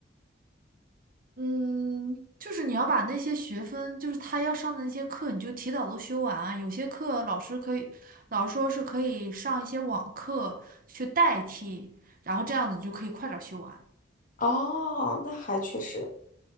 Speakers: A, on the right; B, on the left.
A: 嗯，就是你要把那些学分，就是他要上的那些课，你就提早都修完啊。有些课老师可以，老师说是可以上一些网课去代替，然后这样子就可以快点儿修完。
B: 哦，那还确实，